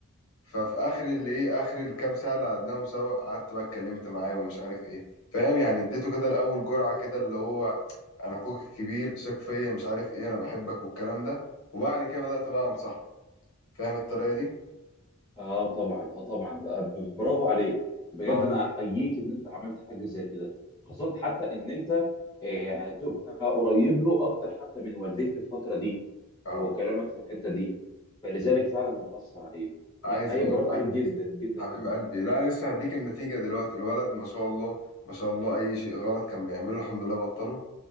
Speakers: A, on the left; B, on the left.
A: ففي اخر اللي ايه اخر الكام ساعه اللي قعدناهم سوا قعدت بقى اتكلمت معاه ومش عارف ايه فاهم يعني اديته كده الاول جرعه كده اللي هو انا اخوك الكبير ثق فيا مش عارف ايه انا بحبك والكلام ده وبعد كده بدات بقى انصحه فاهم الطريقه دي
B: اه طبعا اه طبعا ده ب- برافو عليك بجد
A: اه
B: انا احييك ان انت عملت حاجة زي كده خاصة حتى ان انت آه، هتبقى قريب له اكتر حتى من والديه في الفترة دي
A: اه
B: وهو كلامك في الحتة دي فلذلك فعلا هتأثر عليه
A: عايز
B: لا حقيقي
A: اقول
B: برافو
A: لك
B: عليك جدا جدا
A: حبيب
B: جدا
A: قلبي لا انا لسه هديك النتيجه دلوقتي الولد ما شاء الله ما شاء الله اي شيء غلط كان بيعمله الحمد لله بطله